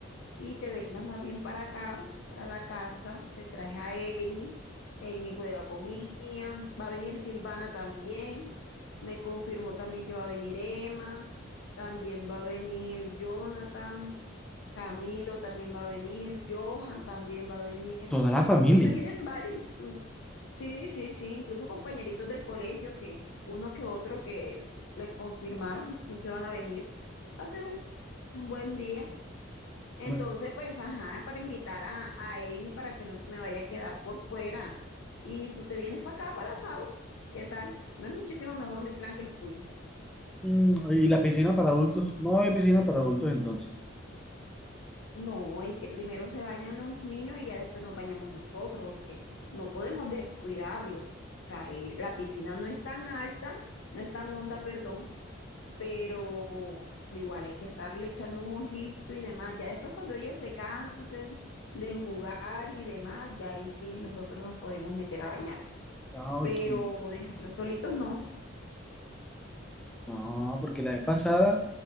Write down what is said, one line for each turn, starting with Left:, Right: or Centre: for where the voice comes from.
Left: y te vengas más bien para acá, para la casa, te traje a Amy, Amy juega con Ian, va a venir Silvana también, me confirmó también que va a venir Emma, también va a venir Jonathan, Camilo también va a venir, Johan también va a venir,
Centre: Toda la familia.
Left: entonces vienen varios, inclu- sí, sí, sí, incluso compañeritos del colegio que uno que otro que le confirmaron, entonces van a venir, va a ser un un buen día. Entonces,
Centre: Bueno,
Left: pues, ajá, para invitar a, a Amy para que no se me vaya a quedar por fuera. Y tú te vienes para acá, para el asado. ¿Qué tal? No es muchísimo mejor mi plan que el tuyo.
Centre: mm, y la piscina para adultos. No hay piscina para adultos entonces.
Left: No, es que primero se bañan los niños y ya después nos bañamos nosotros, porque no podemos descuidarlos. O sea, eh, la piscina no es tan alta, no es tan honda, perdón, pero igual hay que estarle echando un ojito y demás. Ya después cuando ellos se cansen de jugar y demás, ya ahí sí nosotros nos podemos meter a bañar.
Centre: Ah,
Left: pero
Centre: ok.
Left: dejarlos solitos no.
Centre: No, porque la vez pasada,